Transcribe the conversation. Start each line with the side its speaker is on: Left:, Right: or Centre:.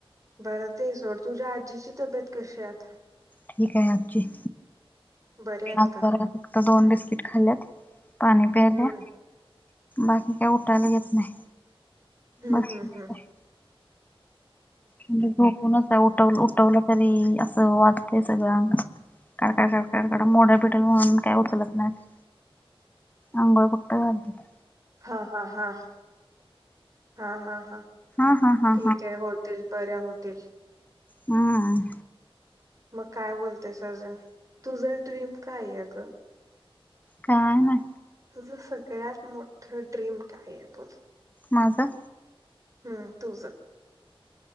Right: बरं ते सोड तुझ्या आजीची तब्येत कशी आहे आता?
Left: ठीक आहे आजी.
Right: बरे आहेत
Left: म्हाताऱ्यान
Right: का
Left: दोन बिस्किट खाल्ल्यात पाणी पियल्या.
Right: हम्म
Left: बाकी काय उठायला येत नाही.
Right: हम्
Left: बसूनच
Right: हम हम
Left: आहे म्हणजे झोपूनच उठव उठवलं तरी असं वाजतंय सगळ्यां अंगात कडकड काड मोडल बिडाल म्हणून काय उचलत नाहीत. अंघोळ फक्त घालते
Right: हा.. हा.. हा हा.. हा हा
Left: हा हा हा
Right: ठीक आहे होतील बऱ्या होतील.
Left: हम्
Right: मग काय बोलतेस अजून तुझं ड्रीम काय आहे? अगं
Left: काय नाय
Right: तुझं सगळ्यात मोठं ड्रीम काय आहे बोल?
Left: माझं
Right: ह तुझ